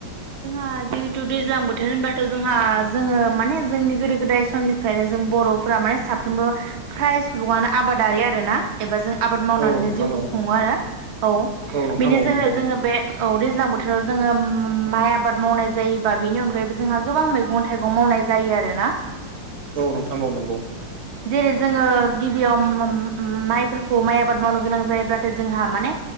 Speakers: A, on the right; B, on the right.
A: जोंहा जि थ' दैज्लां बोथोर होनब्लाथ' जोंहा जोङो माने जोंनि गोदो गोदाय समनिफ्रायनो जों बर'फोरा माने साफ साफ्रोमबो फ्राय सुबुङानो आबादारि आरोना। एबा जों आबाद
B: हो
A: मावनानैनो
B: औ नोंथां
A: जिउखौ
B: औ
A: खुङो आरोना औ
B: नोंथां
A: बिनि
B: औ
A: जोहै
B: नंगौ
A: जोङो बे औ दैज्लां बो थोराव जोङो माइ आबाद मावनाय जायोबा बिनि अनगायैबो जोंहा गोबां मैगं थाइगं मावनाय जायो आरोना। <inaudible>
B: औ नोंथां औ नोंगौ।
A: जेरै जोङो गिबियाव माइफोरखौ माइ आबाद मावनो गोनां जायोब्लाथाय जोंहा माने